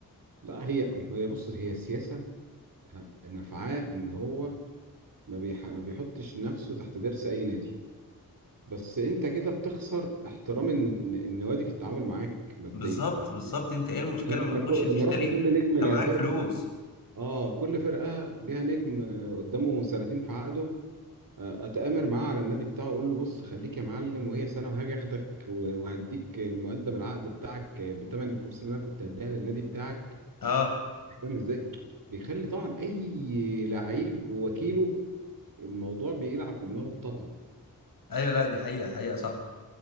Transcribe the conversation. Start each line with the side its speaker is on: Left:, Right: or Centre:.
Right: لا هي هي بص هي سياسة نفعاء ان هو ما بيح... ما بيحطش نفسه تحت درس اي نادي بس انت كده بتخسر احترام الن- النوادي في التعامل معاك ماديا
Left: بالظبط
Right: يعني
Left: بالظبط انت ايه المشكله
Right: انا
Left: ما
Right: لما
Left: تخش
Right: كو-
Left: تشتري
Right: لما اروح لكل نجم
Left: انت
Right: لا
Left: معاك
Right: فرقه
Left: فلوس
Right: اه كل فرقه ليها نجم آه، قدامه سنتين في عقده آه، اتامر معاه على النادي بتاعه اقول له بص خليك يا معلم وهي سنه وهاجي اخدك و- وهديك المقدم العقد بتاعك آه، بتمن الفلوس اللي انا كنت هديها للنادي بتاعك
Left: اه
Right: فاهم ازاي بيخلي طبعا اي لعيب ووكيله الموضوع بيلعب في دماغه طبعا
Left: ايوه لا دي حقيقه حقيقه صح